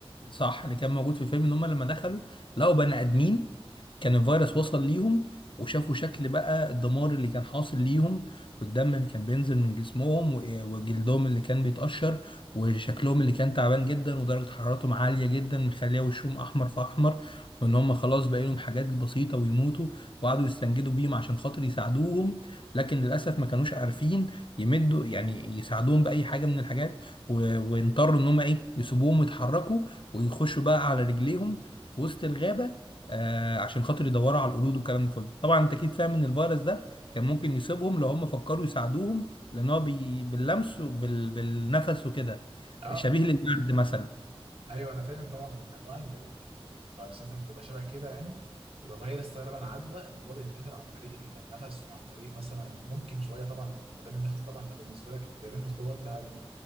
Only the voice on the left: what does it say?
صح اللي كان موجود في الفيلم ان هم لما دخلوا لقوا بني ادمين كان الفيروس وصل ليهم وشافوا شكل بقى الدمار اللي كان حاصل ليهم والدم اللي كان بينزل من جسمهم و- إيه، وجلدهم اللي كان بيتقشر وشكلهم اللي كان تعبان جدا ودرجة حرارتهم عالية جدا مخليه وشهم احمر في احمر وان هم خلاص بقى لهم حاجات بسيطة ويموتوا وقعدوا يستنجدوا بيهم عشان خاطر يساعدوهم لكن للاسف ما كانوش عارفين يمدوا يعني يساعدوهم بأي حاجة من الحاجات و- واضطروا ان هم ايه يسيبوهم ويتحركوا ويخشوا بقى على رجليهم في وسط الغابة آه عشان خاطر يدوروا على القرود والكلام ده كله طبعا انت اكيد فاهم ان الفيروس ده كان ممكن يصيبهم لو هم فكروا يساعدوهم لان هو بي... باللمس وبال... بالنفس وكده
شبيه للبرد مثلا